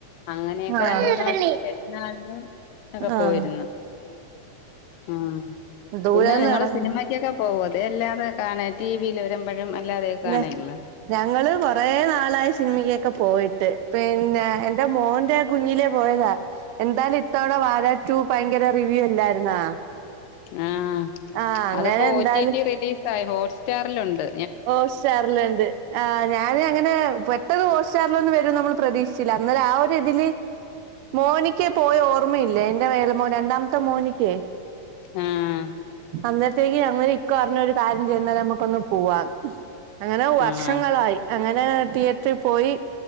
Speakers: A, on the left (about 85°); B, on the right (about 80°).
A: അങ്ങനെയൊക്കെ
B: ആഹ്
A: രണ്ടൂന്ന് പ്രാവശ്യം പെരുന്നാളിനും ഒക്കെ
B: ആഹ്
A: പോയിരുന്നു. ഉം
B: ദൂരൊന്നും
A: പിന്നെ നിങ്ങള്
B: ഇറങ്ങി
A: സിനിമ. ക്കൊക്ക പോവോ അതെ അല്ലാതെ കാണ ടിവിൽ വരുമ്പഴും അല്ലാതെക്ക
B: ന്നെ
A: കാണെള്ള.
B: ഞങ്ങള് കൊറേ നാളായി സിനിമക്കൊക്കെ പോയിട്ട് പിന്നെ എന്റെ മോന്റെ. കുഞ്ഞിലെ പോയതാ എന്തായാലും ഇത്തവണ വാഴ റ്റു ഭയങ്കര റിവ്യൂ അല്ലായിരുന്നാ.
A: ആഹ്
B: ആഹ് അങ്ങനെ
A: അതിപ്പോ
B: എന്തായാലും
A: ഓ ടി ടി റിലീസായി ഹോട്ട് സ്റ്റാറിലുണ്ട്.
B: ഹോട്സ്റ്റാറില്ണ്ട്. ആ ഞാന് അങ്ങനെ പെട്ടെന്ന് ഹോട്സ്റ്റാറിലൊന്നും വരും നമ്മൾ പ്രതീക്ഷിച്ചില്ല അന്നേരെ ആ ഒരു ഇതില്. മോനിക്കെ പോയ ഓർമ്മയില്ല എന്റെ എളേ മോൻ രണ്ടാമത്തെ മോനിക്കെ.
A: ആഹ്.
B: അന്നരത്തേക്ക് അങ്ങനെ ഇക്ക പറിഞ്ഞ് ഒരു കാര്യം ചെയ്യുന്ന നമുക്കൊന്ന് പോവാം അങ്ങനെ വർഷങ്ങളായി.
A: ആഹ്
B: അങ്ങനെ തിയേറ്ററിൽ പോയി